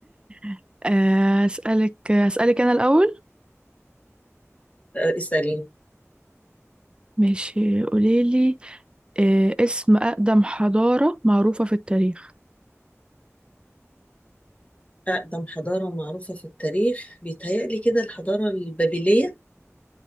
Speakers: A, on the right; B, on the left.
A: <laughs> آه، أسألك أسألك أنا الأول
B: أه، اسأليني
A: ماشي قوليلي آه، اسم أقدم حضارة معروفة في التاريخ
B: أقدم حضارة معروفة في التاريخ بيتهيألي كده الحضارة البابلية